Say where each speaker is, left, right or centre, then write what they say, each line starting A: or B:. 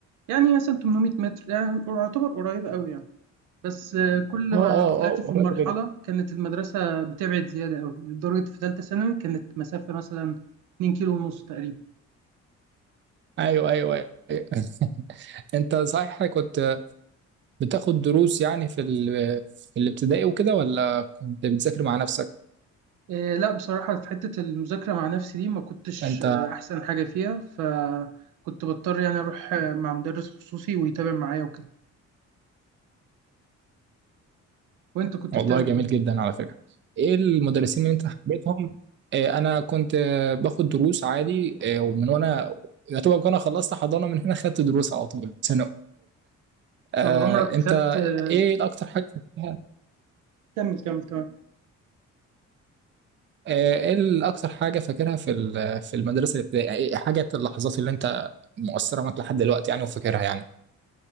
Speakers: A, on the right; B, on the right.
A: يعني مثلا 800 متر يعني يعتبر قريبة أوي يعني بس آه، كل
B: اه
A: ما
B: اه
A: طلعت
B: اه
A: في
B: قريبه
A: المرحلة
B: جدا
A: كانت المدرسة بتبعد زيادة أوي لدرجة في تالتة ثانوي كانت مسافة مثلا 2 كيلو ونص تقريبا
B: ايوه ايوه ايوه <laughs> انت صحيح كنت بتاخد دروس يعني في ال... في الابتدائي وكده ولا كنت بتذاكر مع نفسك؟
A: آه، لا بصراحة في حتة المذاكرة مع نفسي دي ما كنتش
B: انت
A: آه، أحسن حاجة فيها فكنت بضطر يعني أروح آه، مع مدرس خصوصي ويتابع معايا وكده وأنت كنت
B: والله
A: بتعمل
B: جميل
A: إيه؟
B: جدا على فكره. ايه المدرسين اللي انت حبيتهم؟ آه، انا كنت آه، باخد دروس عادي آه، ومن وانا يعتبر انا خلصت حضانه من هنا خدت دروس على طول سنه آه،
A: طب عمرك خدت
B: انت
A: آه،
B: ايه الاكتر حاجه فاكرها
A: كمل كمل تمام
B: آه، ايه الاكتر حاجه فاكرها في ال- في المدرسه الابتدائيه إيه حاجه اللحظات اللي انت مؤثره معاك لحد دلوقتي يعني وفاكرها يعني